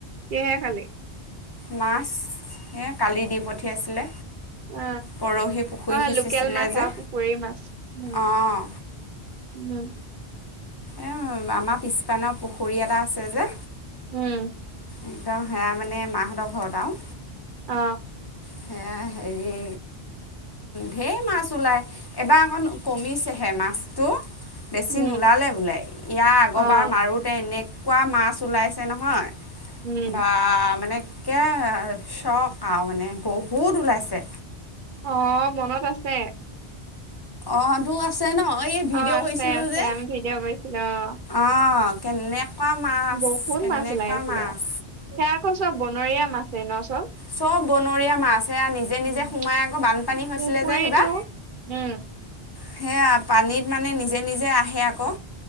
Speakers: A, on the right (about 55°); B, on the left (about 25°).
A: কিহেৰে খালি?
B: মাছ এই কালি দি পঠিয়াইছিলে।
A: অ
B: পৰহি পুখুৰী
A: অ
B: সিঁচিছিলে
A: লোকেল মাছ
B: যে,
A: আৰু পুখুৰীৰ মাছ উম
B: অঁহ।
A: উম
B: এ আমাৰ পিছপানৰ পুখুৰী এটা আছে যে।
A: উম।
B: একদম সেয়া মানে মাহঁতৰ ঘৰত আও।
A: অ।
B: সেয়া হেৰি ধেৰ মাছ ওলায় এটা অকণ কমিছেহে মাছটো। বেছি
A: উম
B: নোলালে বোলে <inaudible> লাই ইয়া আগৰবাৰ
A: অ
B: মাৰো এনেকুৱা মাছ ওলাইছে নহয়
A: উম
B: বা মানে একে চখ খাওঁ মানে বহুত ওলাইছে।
A: অ মনত আছে,
B: অ টো আছে ন এই ভিডিঅ'
A: অ আছে
B: কৰিছিলো
A: আছে
B: যে,
A: আমি ভিডিঅ' কৰিছিলো অ
B: অঁ কেনেকুৱা মাছ,
A: বহুত
B: কেনেকুৱা
A: মাছ ওলাই আছিলে
B: মাছ।
A: সেয়া আকৌ সব বনৰীয়া মাছে ন চপ
B: সব বনৰীয়া মাছে এয়া নিজ নিজে নিজে
A: উম
B: সোমাই আকৌ বানপানী হৈছিলে
A: পুখুৰীটো
B: যে সেইবা
A: উম
B: সেয়া পানীত মানে নিজে নিজে আহে আকৌ,